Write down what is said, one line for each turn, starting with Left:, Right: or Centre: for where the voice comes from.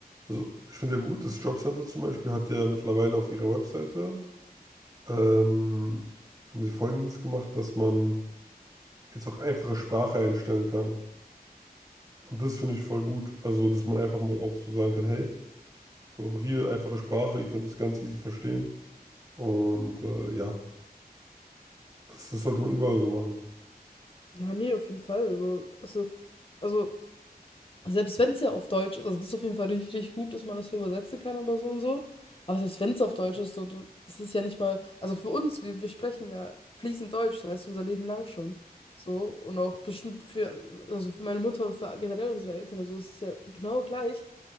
Right: also ich finde ja gut, das Jobcenter zum Beispiel hat ja mittlerweile auf ihrer Webseite, ähm, haben sie Folgendes gemacht, dass man jetzt auch einfache Sprache einstellen kann. Und das finde ich voll gut. Also, dass man einfach mal auch so sagen kann, hey, so hier einfache Sprache, ihr könnt das ganz easy verstehen. Und äh, ja, das, das sollte man überall so machen.
Left: Ja, nee, auf jeden Fall. Also, also, also selbst wenn es ja auf Deutsch ist, also das ist auf jeden Fall richtig, richtig gut, dass man das so übersetzen kann, aber so und so. Aber selbst wenn es auf Deutsch ist, so, du, das ist ja nicht mal, also für uns, wir, wir sprechen ja fließend Deutsch, so heißt unser Leben lang schon. So, und auch bestimmt für, also für meine Mutter und für generell unsere Eltern, also es ist ja genau gleich.